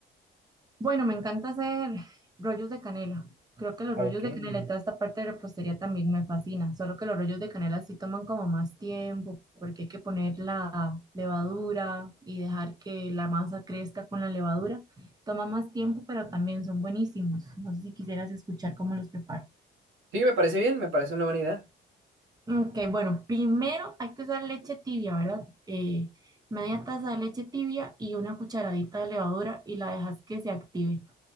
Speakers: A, on the right (about 20°); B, on the right (about 80°).
A: Bueno, me encanta hacer rollos de canela. Creo que los
B: Ok.
A: rollos
B: Sí,
A: de canela y toda esta parte de repostería también me fascina, solo que los rollos de canela sí toman como más tiempo, porque hay que poner la levadura y dejar que la masa crezca con la levadura. Toma más tiempo, pero también son buenísimos. No sé si quisieras escuchar cómo los preparo.
B: me parece bien, me parece una buena idea.
A: Ok, bueno, primero hay que usar leche tibia, ¿verdad? Eh, media taza de leche tibia y una cucharadita de levadura y la dejas que se active.